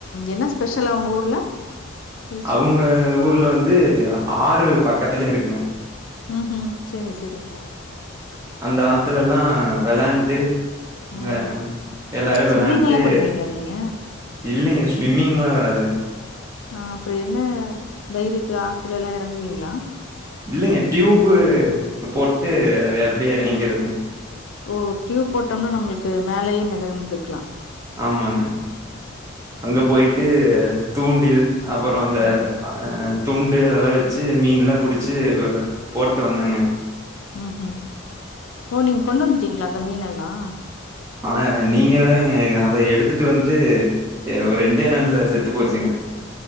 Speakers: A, on the left; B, on the right.
A: என்ன ஸ்பெஷல் அவுங்க ஊர்ல ஹில்ஸ்
B: அவுங்க ஊர்ல வந்து ஆறு பக்கத்துலயே இருக்குங்க
A: ம் ஹும் செரி செரிங்க
B: அந்த ஆத்துலலா வெளாண்ட்டு இங்க
A: ம்.
B: எல்லாரு
A: ஸ்விம்மிங்லாம்
B: வெளாண்ட்டு
A: பண்ணுவீங்களா நீங்க?
B: இல்லிங்க ஸ்விம்மிங்லா வராது
A: ஆ அப்றோ என்ன தைரியத்துல ஆத்துலலா எறங்குவீங்ளா
B: இல்லிங்க டியூப்புபோட்டு அத அப்டியே எறங்கிக்கிறதுங்க
A: ஓ டியூப் போட்டோனா நம்மளுக்கு மேலயே மிதந்துக்கலா
B: ஆமாங்க அங்க போயிட்டு தூண்டில் அப்பற அந்த
A: ம்.
B: அ துண்டு அதெல்லா வச்சு மீன் எல்லா புடிச்சு போட்டு வந்தங்க
A: ம் ஹு ம் ஓ நீங்க கொண்டு வந்துட்டீங்களா அந்த மீன்னெல்லா
B: ஆ நீங்க வேறங்க அத எடுத்துட்டு வந்து ஒரு ரெண்டே நாள்ல செத்து போச்சுங்க